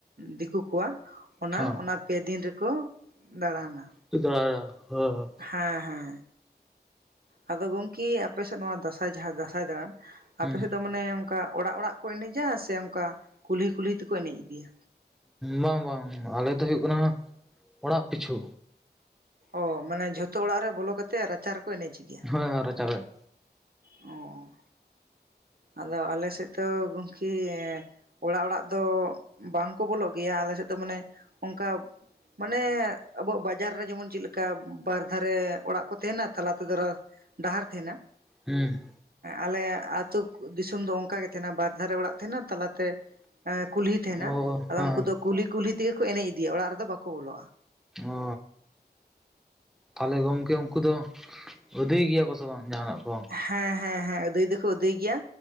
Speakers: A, on the right; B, in the centre.
A: ᱫᱤᱠᱩ ᱠᱚᱣᱟᱜ ᱚᱱᱟ
B: ᱦᱮᱸ
A: ᱚᱱᱟ ᱯᱮ ᱫᱤᱱ ᱨᱮᱠᱚ ᱫᱟᱬᱟᱱᱟ
B: ᱦᱮᱸ ᱦᱮ
A: ᱦᱮᱸ ᱦᱮᱸ ᱟᱫᱚ ᱜᱚᱝᱠᱮ ᱟᱯᱮᱥᱮᱫ ᱱᱚᱣᱟ ᱫᱟᱸᱥᱟᱭ ᱡᱟᱦᱟᱸ ᱫᱟᱸᱥᱟᱭ ᱫᱟᱬᱟᱱ
B: ᱦᱮᱸ
A: ᱟᱯᱮ ᱥᱮᱫ ᱫᱚ ᱢᱟᱱᱮ ᱚᱱᱠᱟ ᱚᱲᱟᱜ ᱚᱲᱟᱜ ᱠᱚ ᱮᱱᱮᱡᱟ ᱥᱮ ᱚᱱᱠᱟ ᱠᱩᱞᱦᱤ ᱠᱩᱞᱦᱤ ᱛᱮᱠᱚ ᱮᱱᱮᱡ ᱤᱫᱤᱭᱟ
B: ᱵᱟᱝ ᱵᱟᱝ ᱟᱞᱮ ᱫᱚ ᱦᱩᱭᱩᱜ ᱠᱟᱱᱟ ᱚᱲᱟᱜ ᱯᱤᱪᱷᱩ
A: ᱚ ᱢᱟᱱᱮ ᱡᱷᱚᱛᱚ ᱚᱲᱟᱜ ᱨᱮ ᱵᱚᱞᱚ ᱠᱟᱛᱮᱫ ᱨᱟᱪᱟ ᱨᱮᱠᱚ ᱮᱱᱮᱡ ᱜᱮᱭᱟ
B: ᱦᱳᱭ ᱦᱳᱭ ᱨᱟᱪᱟ ᱨᱮ
A: ᱚ ᱟᱫᱚ ᱟᱞᱮ ᱥᱮᱫ ᱫᱚ ᱜᱚᱢᱠᱮ ᱚᱲᱟᱜ ᱚᱲᱟᱜ ᱫᱚ ᱵᱟᱝ ᱠᱚ ᱵᱚᱞᱚᱜ ᱜᱮᱭᱟ ᱟᱞᱮ ᱥᱮᱫ ᱫᱚ ᱢᱟᱱᱮ ᱚᱱᱠᱟ ᱢᱟᱱᱮ ᱟᱵᱚ ᱵᱟᱡᱟᱨ ᱨᱮ ᱡᱮᱢᱚᱱ ᱪᱮᱫᱠᱟ ᱵᱟᱨ ᱫᱷᱟᱨᱮ ᱚᱲᱟᱜ ᱠᱚ ᱛᱟᱦᱮᱱᱟ ᱛᱟᱞᱟ ᱛᱮᱫᱚ ᱨᱟ ᱰᱟᱦᱟᱨ ᱛᱟᱦᱮᱱᱟ
B: ᱦᱮᱸ
A: ᱟᱞᱮ ᱟᱹᱛᱩ ᱫᱤᱥᱚᱢ ᱫᱚ ᱚᱱᱠᱟᱜᱮ ᱛᱟᱦᱮᱱᱟ ᱵᱟᱨ ᱫᱷᱟᱨᱮ ᱚᱲᱟᱜ ᱛᱟᱦᱮᱱᱟ ᱛᱟᱞᱟᱛᱮ ᱠᱩᱞᱦᱤ ᱛᱟᱦᱮᱸᱱᱟ
B: ᱚ
A: ᱟᱫᱚ
B: ᱦᱮᱸ
A: ᱩᱱᱠᱩ ᱫᱚ ᱠᱩᱞᱦᱤ ᱠᱩᱞᱦᱤ ᱛᱮᱜᱮ ᱠᱚ ᱮᱱᱮᱡ ᱤᱫᱤᱭᱟ ᱚᱲᱟᱜ ᱨᱮᱫᱚ ᱵᱟᱠᱚ ᱵᱚᱞᱚᱜᱼᱟ
B: ᱚ ᱛᱟᱦᱚᱞᱮ ᱜᱚᱢᱠᱮ ᱩᱱᱠᱩ ᱫᱚ ᱟᱫᱟᱹᱭ ᱜᱮᱭᱟ ᱠᱚ ᱥᱮ ᱵᱟᱝ ᱡᱟᱦᱟᱱᱟᱜ ᱠᱚ
A: ᱦᱮᱸ ᱦᱮᱸ ᱦᱮᱸ ᱟᱹᱫᱟᱹᱭ ᱫᱚᱠᱚ ᱟᱹᱫᱟᱹᱭ ᱜᱮᱭᱟ